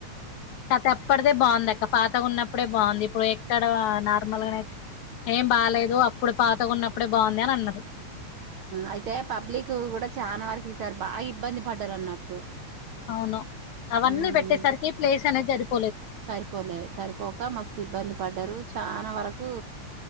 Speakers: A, on the left; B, on the right.
A: ఆ అతే ఎప్పటిదే బాగుంది అక్క పాతగా ఉన్నప్పుడే బాగుంది ఇప్పుడు ఎక్కడ నార్మల్గాన అయితే ఏం బాాలేదు అప్పుడు పాతగున్నప్పుడే బాగుంది అని అన్నరు.
B: అయితే పబ్లిక్ కూడా చానా వరకు ఇసారు బాగా ఇబ్బంది పడ్డరు అన్నట్టు.
A: అవును అవన్నీ
B: ఉమ్
A: పెట్టేసరికి ప్లేస్ అనేది జరిపి
B: సరిపోలే సరిపోక మస్తు ఇబ్బంది పడ్డారు చాలా వరకు